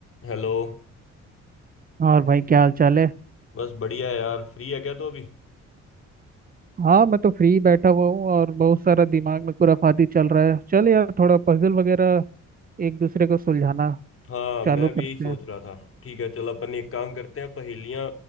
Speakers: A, on the left; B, on the right.
A: Hello
B: और भाई क्या हाल चाल है
A: बस बढ़िया है यार फ्री है क्या तो अभी
B: हाँ मैं तो फ्री बैठा हुआ हूँ और बहुत सारा दिमाग में खुराफाती चल रहा है चल यार थोड़ा पजल वगैरह एक दूसरे को सुलझाना
A: हाँ
B: चालू
A: मैं
B: करते
A: भी यही सोच
B: हैं
A: रहा था ठीक है चल अपन एक काम करते हैं पहेलियां